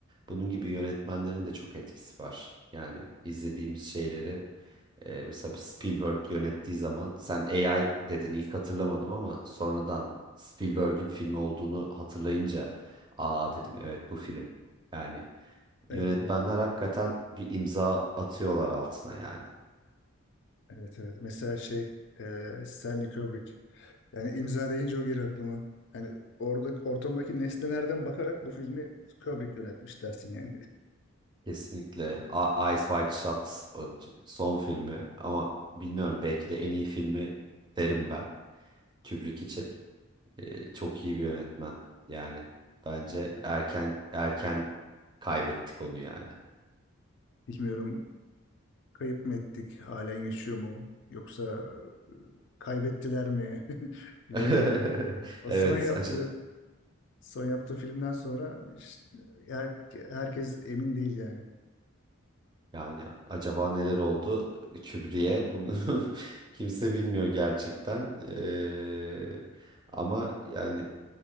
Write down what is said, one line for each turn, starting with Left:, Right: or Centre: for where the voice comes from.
Right: bunun gibi yönetmenlerin de çok etkisi var. Yani izlediğimiz şeyleri E, mesela Spielberg yönettiği zaman sen AI dedin ilk hatırlamadım ama sonradan Spielberg'in filmi olduğunu hatırlayınca aa dedim evet bu film. Yani
Left: Evet
Right: yönetmenler
Left: evet.
Right: hakikaten bir imza atıyorlar altına yani.
Left: Evet evet. Mesela şey e, Stanley Kubrick. Yani imza deyince o geliyor aklıma. Yani orada ortamdaki nesnelerden bakarak bu filmi Kubrick yönetmiş dersin yani. <laughs>
Right: Kesinlikle A- Eyes Wide Shut o t- son filmi ama bilmiyorum belki de en iyi filmi derim ben Kubrick için. E, çok iyi bir yönetmen yani. Bence
Left: Evet.
Right: erken erken kaybettik onu yani.
Left: Bilmiyorum kayıp mı ettik? Halen yaşıyor mu? Yoksa e, kaybettiler mi? <laughs> Bilemiyorum.
Right: <laughs>
Left: O
Right: Evet,
Left: son yaptığı
Right: acı
Left: son yaptığı filmden sonra işte her, herkes emin değil yani.
Right: yani acaba neler oldu Kübri'ye bunu <laughs> kimse bilmiyor gerçekten. Ee, ama yani